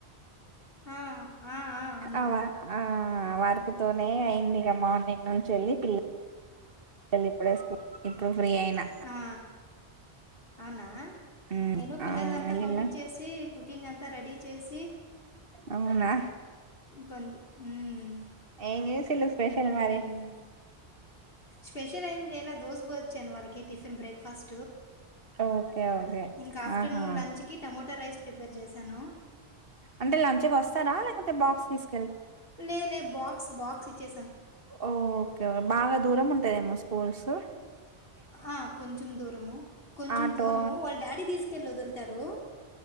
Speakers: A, on the left; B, on the right.
A: ఆ ఆ ఆ అవునవును
B: అ ఆ వర్క్తోనే అయింది ఇక మార్నింగ్ నుంచి వెళ్ళి పిల్లళ ఇప్పుడే స్కూల్ ఇప్పుడు ఫ్రీ అయినా
A: ఆ అవునా
B: ఉమ్
A: నేను పిల్లల్నంతా
B: అవును వెళ్ళిలా
A: పంపిచ్చేసి కుకింగ్ అం తా రెడీ చేసి
B: అవునా
A: కొం హ్మ్
B: ఏమ్ జేసిల్లు స్పెషల్ మరి
A: హ్మ్ స్పెషల్ ఏం జెయలా దోశ బోచ్చాను వాళ్ళకి టిఫిన్ బ్రేక్ఫాస్
B: ఓకే ఓకే
A: ఇంకా ఆఫ్టర్నూన్
B: ఆహా
A: లంచ్ కి టమోటా రైస్ ప్రిపేర్ చేశాను
B: అంటే లంచకి వస్తారా లేకపోతే బాక్స్ తీస్
A: లేద్ లే బాక్స్ బాక్స్ ఇచ్చే
B: ఓఓకే బాగా దూరం ఉంటుద ఏమోస్తు కోసో
A: ఆ కొంచం దూరము కొంచెం
B: ఆటో
A: దూరము వాళ్ళ డాడీ తీసుకు కెళ్ళి వదులుతారు